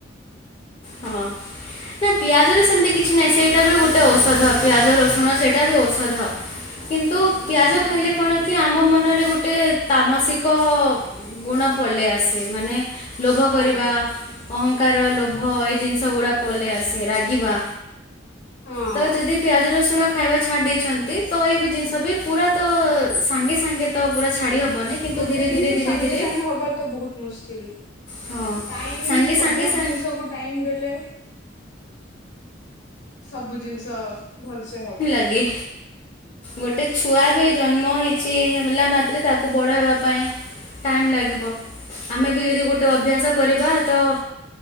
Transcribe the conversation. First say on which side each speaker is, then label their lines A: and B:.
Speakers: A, on the left; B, on the left.
A: ହଁ। ନା ପିଆଜରେ ସେମିତି କିଛି ନାହିଁ, ସେଇଟା ବି ଗୋଟେ ଔଷଧ, ପିଆଜ ରସୁଣ ସେଇଟା ବି ଔଷଧ।
B: ହ <inaudible>
A: କିନ୍ତୁ, ପିଆଜ ଖାଇଲେ କଣ କି ଆମ ମନରେ ଗୋଟେ ତାମାସିକ ଗୁଣ ପଳେଇ ଆସେ ମାନେ ଲୋଭ
B: ହଁ
A: କରିବା ଅହଂକାର ଲୋ ଭ ଏଇ ଜିନିଷ ଗୁଡା ପଳେଇ ଆସେ ରାଗିବା
B: ହଁ
A: ତ ଯଦି ପିଆଜ ରସୁଣ ଖାଇବା ଛାଡ଼ି ଦେଇଛନ୍ତି ତ ଏ ବି ଜିନିଷ ବି ପୁରା ତ ସାଙ୍ଗେ ସାଙ୍ଗେ ତ ପୁରା ଛାଡ଼ି ହେବନି
B: ହଁ
A: କିନ୍ତୁ
B: ଗୋଟେ
A: ଧୀରେ
B: ଜିନିଷ
A: ଧୀରେ ଧୀରେ
B: ସାଙ୍ଗେ
A: ଧୀରେ
B: ସାଙ୍ଗେ ହବା ତ ବହୁତ ମୁସ୍କିଲ୍।
A: ହଁ
B: ଟାଇମ୍
A: ସାଙ୍ଗେ
B: ସବୁ
A: ସାଙ୍ଗେ ସା
B: ଜିନିଷକୁ ଟାଇମ୍ ଦେଲେ ସବୁ ଜିନିଷ ଭଲସେ ହବ।
A: କିଏ? ଗୋଟେ ଛୁଆ ବି ଜନ୍ମ ହେଇଛି ହେଲା ମାତ୍ରେ ତାକୁ ବଡ଼ ହେବା ପାଇଁ ଟାଇମ୍ ଲାଗିବ ଆମେ ବି ଯଦି ଗୋଟେ ଅଭ୍ୟାସ କରିବା ତ